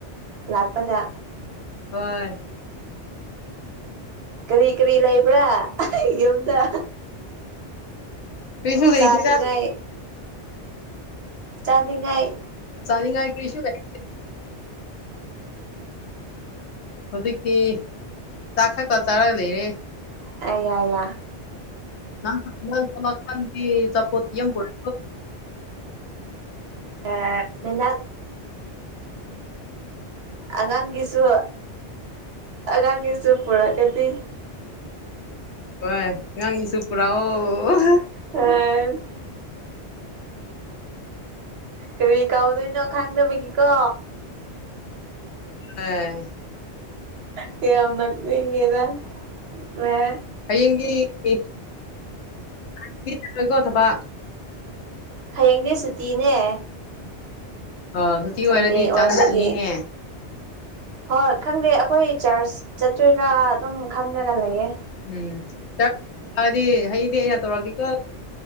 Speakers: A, on the right; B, on the left.
A: ꯂꯥꯛꯄꯗ
B: ꯍꯣꯏ
A: ꯀꯔꯤ ꯀꯔꯤ ꯂꯩꯕ꯭ꯔꯥ ꯌꯨꯝꯗ
B: ꯀꯔꯤꯁꯨ ꯂꯩꯇꯦꯗ
A: ꯆꯥꯅꯤꯡꯉꯥꯏ ꯆꯥꯅꯤꯡꯉꯥꯏ
B: ꯆꯅꯤ ꯉꯥꯏ ꯀꯁꯨ ꯍꯥꯏꯦ ꯍꯧꯖꯤꯛꯇꯤ ꯆꯥꯛ ꯈꯛꯇ ꯆꯥꯔꯒ ꯂꯩꯔꯦ
A: ꯑ ꯑ
B: ꯥꯡꯥꯡ ꯆꯄꯅꯤ ꯆꯄꯣꯠꯇꯤ ꯌꯦ ꯄꯨꯔ
A: ꯑ ꯑꯉꯥꯡꯒꯤꯁꯨ ꯑꯉꯥꯡꯒꯤꯁꯨ ꯄꯨꯔꯛꯒꯗꯤ
B: ꯍꯣꯏ ꯉꯉꯥꯡꯒꯤꯁꯨ ꯄꯨ꯭ꯔꯥ ꯑꯣ
A: ꯍꯝ ꯀꯔꯤ ꯀꯥꯎꯗꯣꯏꯅꯣ ꯈꯥꯡꯅꯕꯒꯤꯀꯣ
B: ꯑ
A: ꯀꯌꯥꯝ ꯅꯒꯦꯔ ꯃ
B: ꯍꯌꯦꯡꯒꯤꯂꯣꯏꯀꯣ ꯊꯕꯛ
A: ꯍꯌꯦꯡꯅꯦ ꯁꯨꯇꯤꯅꯦ
B: ꯑ ꯁꯨꯇꯤ
A: ꯁꯟꯗꯦ
B: ꯑꯣꯏꯔꯗꯤ
A: ꯑꯣꯏꯕꯒꯤ
B: ꯆꯥꯟꯅꯤꯅꯦ
A: ꯍꯣꯏ ꯈꯪꯗꯦ ꯑꯩꯈꯣꯏ ꯆꯥꯔꯆ ꯆꯠꯇꯣꯏꯔꯥ ꯑꯗꯨꯝ ꯈꯟꯗꯒ ꯂꯩꯌꯦ
B: ꯎꯝ ꯆꯠꯗꯤ ꯍꯌꯦꯡꯗꯤ ꯑꯩꯅ ꯇꯧꯔꯛꯒꯦꯀꯣ